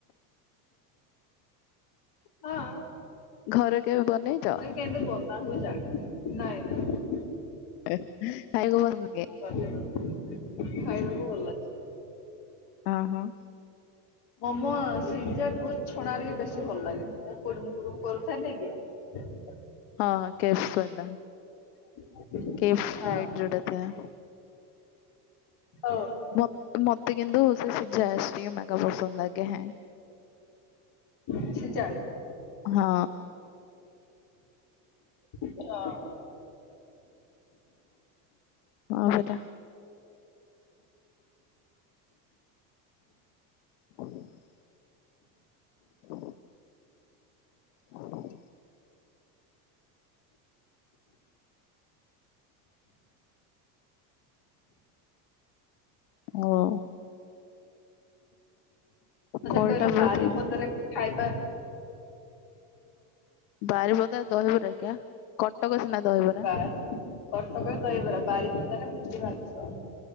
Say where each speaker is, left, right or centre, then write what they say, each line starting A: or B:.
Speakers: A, on the left; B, on the left.
A: ହଁ।
B: ଘର କେବେ ବନେଇଛ?
A: କେନ୍ତି ବନା ହୁଏ ଜାଣିନି ନାଇଁ ନାଇଁ।
B: <unintelligible>
A: ବନେଇବି। ଖାଇ। <unintelligible>
B: ଆ ହଁ।
A: ମୋମୋ ସିଜାଠୁ ଛଣା ଟିକେ ବେଶୀ ଭଲ ଲାଗେ କୁଡ଼ୁମ କୁଡୁମ କରୁଥାଏ ନାଇଁ କି? ଫାଙ୍କା ଅଡିଓ।
B: ହଁ ହ କେଏଫ୍ସ ବାଲା।
A: <inaudible>
B: କେଏଫ୍ସ ଫ୍ରାଇଡ଼୍
A: ହଁ
B: ଜଉଟା ଥା <unintelligible>
A: ହଁ।
B: ମତ ମତେ କିନ୍ତୁ ସେ ସିଝା ଷ୍ଟିମ ଆକା ପସନ୍ଦ ଲାଗେ ହେଁ।
A: ଖାଲି ସିଜା?
B: ହଁ।
A: <unintelligible>
B: ହଁ ସେଟା। ଫାଙ୍କା ଅଡିଓ। ଫାଙ୍କା ଅଡିଓ। ଫାଙ୍କା ଅଡ଼ିଓ। ହଁ।
A: ମତେ
B: କଲଟା
A: କହିଲ
B: ବହୁତ
A: ବାରି ପଦାରେକୁ ଖାଇବା
B: ବାରିିପଦାରେ ଦହିବରା କିଆ କଟକ ସିନା ଦହିବରା
A: ବା କଟକରେ ଦହିବରା ବାରିପଦାରେ ମୁଢି ମାଂସ।